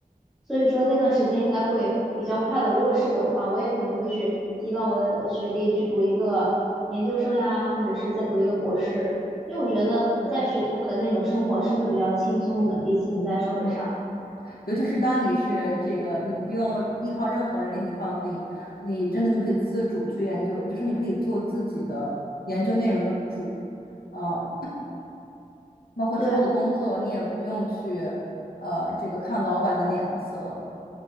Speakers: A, in the centre; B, on the left.
A: 所以说那段时间应该会比较快乐。如果是我的话，我也可能会去提高我的学历，去读一个研究生呀，或者是再读一个博士，因为我觉得在学校的那种生活是会比较轻松的，
B: 对，
A: 比起你在社会上。
B: 嗯，尤其是当你是这个，你不用依靠任何人给你放定，你真的就可以自主去研究，就是你可以做自己的研究内容的主，啊、包括之后的工作，
A: 对，
B: 你也不用去呃这个看老板的脸色。